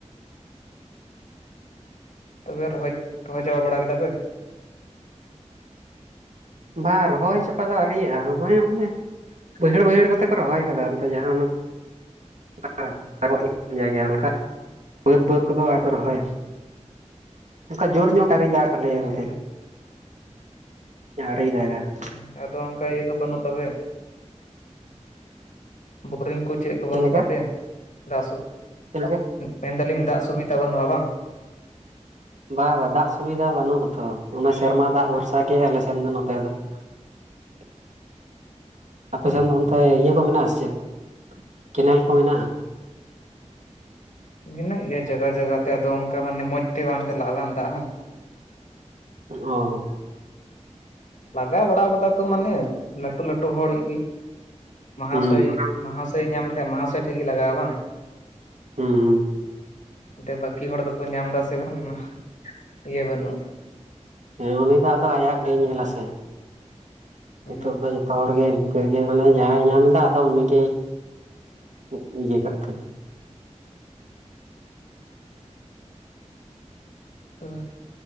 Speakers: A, on the left (about 80°); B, on the right (about 75°).
A: ᱛᱚᱵᱮ ᱨᱚᱦᱚᱭ, ᱨᱚᱦᱚᱭ ᱪᱟᱵᱟ ᱵᱟᱲᱟ ᱠᱮᱫᱟᱯᱮ?
B: ᱵᱟᱝ ᱨᱚᱦᱚᱭ ᱪᱟᱵᱟ ᱫᱚ ᱟᱹᱣᱨᱤᱭᱟᱜᱼᱟ, ᱦᱚᱸᱜᱼᱚᱭ ᱵᱟᱹᱭᱦᱟᱹᱲ ᱵᱟᱹᱭᱦᱟᱹᱲ ᱠᱚᱛᱮ ᱠᱚ ᱨᱚᱦᱚᱭ ᱟᱠᱟᱫᱟ ᱚᱱᱛᱮ ᱡᱟᱦᱟᱸ ᱚᱱᱟᱼᱼ <unintelligible> ᱚᱜ ᱞᱮᱠᱟᱱ ᱡᱟᱭᱜᱟ ᱚᱱᱠᱟ, ᱵᱟᱹᱫᱽ ᱵᱟᱹᱫᱽ ᱠᱚᱫᱚ ᱟᱨ ᱠᱚ ᱨᱚᱦᱚᱭᱟ ᱾ ᱚᱱᱠᱟ ᱡᱳᱨ ᱧᱚᱜ ᱜᱮ ᱟᱹᱣᱨᱤ ᱫᱟᱜ ᱟᱞᱮᱭᱟ ᱮᱱᱛᱮ,
A: ᱟᱹᱣᱨᱤ
B: ᱟᱹᱣᱨᱤᱭ ᱫᱟᱜᱟ ᱾
A: ᱩᱸ ᱟᱫᱚ ᱚᱱᱠᱟ ᱤᱭᱟᱹ ᱫᱚ ᱵᱟᱹᱱᱩᱜ ᱛᱟᱵᱮᱱ, ᱵᱳᱨᱤᱝ ᱠᱩ ᱪᱮᱫᱼᱼ
B: ᱪᱮᱫ
A: ᱵᱟᱹᱱᱩᱜ
B: ᱞᱮᱠᱟ
A: ᱛᱟᱯᱮᱭᱟ ᱫᱟᱜ ᱥᱩ,
B: ᱪᱮᱫ ᱞᱮᱠᱟ
A: ᱢᱮᱱᱫᱟ ᱞᱤᱧ ᱫᱟᱜ ᱥᱩᱵᱤᱫᱟ ᱵᱟᱹᱱᱩᱜᱼᱟ ᱵᱟᱝ?
B: ᱵᱟᱝ ᱵᱟᱝ ᱫᱟᱜ ᱥᱩᱵᱤᱫᱷᱟ ᱵᱟᱹᱱᱩᱜ ᱟᱛᱚ, ᱚᱱᱟ ᱥᱮᱨᱢᱟ ᱫᱟᱜ ᱵᱷᱚᱨᱥᱟ ᱜᱮ ᱟᱞᱮᱥᱮᱱ ᱫᱚ ᱱᱚᱛᱮ ᱫᱚ ᱾ <inaudible> ᱟᱯᱮᱥᱮᱱ ᱫᱚ ᱚᱱᱛᱮ ᱤᱭᱟᱹ ᱠᱚ ᱢᱮᱱᱟᱜᱼᱟ ᱥᱮ ᱪᱮᱫ ᱠᱮᱱᱮᱞ ᱠᱚ ᱢᱮᱱᱟᱜᱼᱟ?
A: ᱢᱮᱱᱟᱜ ᱜᱮᱭᱟ ᱡᱚᱜᱚᱦ ᱡᱚᱜᱚᱦ ᱛᱮ ᱟᱫᱚ ᱚᱝᱠᱟ ᱢᱟᱱᱮ ᱢᱚᱸᱡᱽ ᱛᱮ ᱵᱟᱝ ᱪᱟᱞᱟᱜᱼᱟ ᱵᱟᱝ ᱫᱟᱜ ᱦᱚᱸ ᱾
B: ᱚ ᱾
A: ᱞᱟᱜᱟᱣ ᱵᱟᱲᱟᱣ ᱠᱟᱫᱟ ᱠᱚ ᱢᱟᱱᱮ ᱞᱟᱴᱩ-ᱞᱟᱴᱩ ᱦᱚᱲᱤᱡ ᱜᱤ᱾ ᱢᱟᱦᱟᱥᱚᱭ,
B: ᱦᱩᱸ
A: ᱢᱟᱦᱟᱥᱚᱭ ᱧᱟᱢ ᱞᱮᱠᱷᱟᱡ ᱢᱟᱦᱟᱥᱚᱭ ᱴᱷᱮᱡ ᱜᱮ ᱞᱟᱜᱟᱜᱼᱟ ᱵᱟᱝ?
B: ᱦᱩᱸ ᱦᱩᱸ
A: ᱛᱮ ᱵᱟᱠᱤ ᱦᱚᱲ ᱫᱚ ᱠᱚ ᱧᱟᱢᱫᱟ ᱥᱮᱵᱟᱝ ᱚᱱᱟᱦ ᱤᱭᱟᱹ ᱵᱟᱹᱱᱩᱜᱼᱟ᱾
B: ᱮᱸ ᱩᱱᱤᱫᱚ ᱟᱫᱚ ᱟᱭᱟᱜ ᱜᱮᱭ ᱧᱮᱞᱟ ᱥᱮ
A: ᱦᱩᱸ
B: ᱱᱤᱛᱚᱜ ᱫᱚ ᱡᱚ- -ᱛᱚ ᱦᱚᱲ ᱜᱮ ᱤᱱᱠᱟᱹᱜᱮ ᱢᱟᱱᱮ ᱡᱟᱦᱟᱸᱭ ᱧᱟᱢᱫᱟ, ᱟᱫᱚ ᱩᱱᱤᱜᱮᱭ ᱩᱸᱜ ᱤᱭᱟᱹ ᱠᱟᱜ ᱠᱟᱱᱟ᱾
A: ᱩᱸᱦ